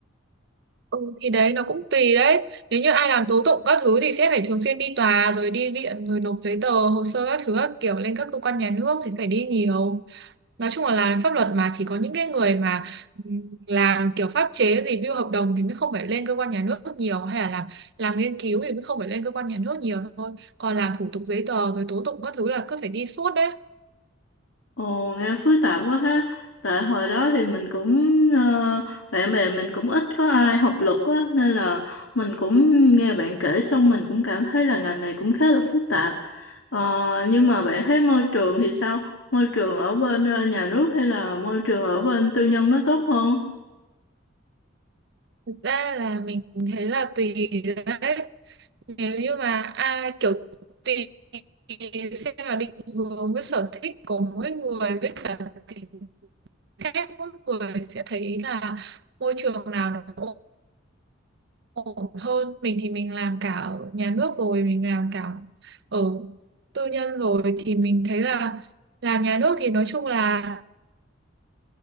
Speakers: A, on the right (about 60°); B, on the left (about 75°).
A: Ừ, thì đấy nó cũng tùy đấy nếu như ai làm tố tụng các thứ thì sẽ phải thường xuyên đi tòa rồi đi viện rồi nộp giấy tờ hồ sơ các thứ các kiểu lên các cơ quan nhà nước thì phải đi nhiều nói chung là làm pháp luật mà chỉ có những cái người mà ừm, làm kiểu pháp chế review hợp đồng thì mới không phải lên cơ quan nhà nước nhiều hay là làm làm nghiên cứu thì mới không phải lên cơ quan nhà nước nhiều thôi còn làm thủ tục giấy tờ rồi tố tụng các thứ là cứ phải đi suốt đấy
B: Ồ, nghe phức tạp quá ha. Tại hồi đó thì mình cũng ờ, bạn bè mình cũng ít có ai học luật á nên là mình cũng nghe bạn kể xong mình cũng cảm thấy là ngành này cũng khá là phức tạp. Ờ, nhưng mà bạn thấy môi trường thì sao? Môi trường ở bên ờ, nhà nước hay là môi trường ở bên tư nhân nó tốt hơn?
A: ra là mình thấy là tùy đấy nếu như mà ai kiểu tùy xem là định hướng với sở thích của mỗi người với cả tính cách mỗi người sẽ thấy là môi trường nào nó ổn ổn hơn mình thì mình làm cả ở nhà nước rồi mình làm cả ở tư nhân rồi thì mình thấy là làm nhà nước thì nói chung là